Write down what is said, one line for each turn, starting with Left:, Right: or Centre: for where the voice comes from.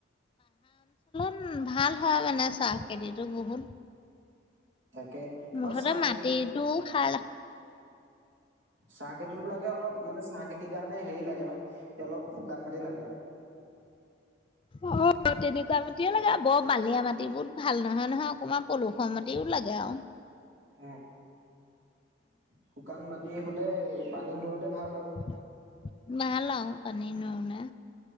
Left: উম ভাল হয় মানে চাহ খেতিটো বহুত
Right: তাকে
Left: মুঠতে
Right: আৰু চাহ
Left: মাটিটো
Right: খেতিত
Left: খাল
Right: চাহ খেতিতো লাগে অলপ মানে চাহ খেতিৰ কাৰণে হেৰি লাগে নহ অলপ শুকান মাটি লাগে। এ
Left: অ তেনেকুৱা মাটি লাগে আৰু বৰ মালিয়া মাটিবোৰ ভাল নহয় নহয় অকণমান পলসুৱা মাটিও লাগে আৰু
Right: উম শুকান মাটিএ হলে এ পানী নহ'লে
Left: <unintelligible>
Right: ভাল আৰু